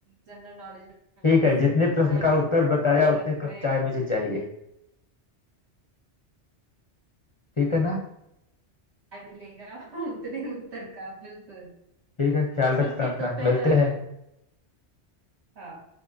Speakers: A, on the right; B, on the left.
A: जनरल नॉलेज
B: ठीक
A: में मुझसे
B: है जितने
A: देखना
B: प्रश्न
A: अगली
B: का उत्तर बताया उतने
A: बार
B: कप
A: मैं
B: चाय मुझे चाहिए ठीक है ना
A: क्या मिलेगा <laughs> उतने उत्तर का बिल्कुल
B: ठीक है ख्याल
A: ठीक
B: रखना
A: है
B: अपना
A: तो फिर
B: मिलते
A: अ,
B: हैं
A: हाँ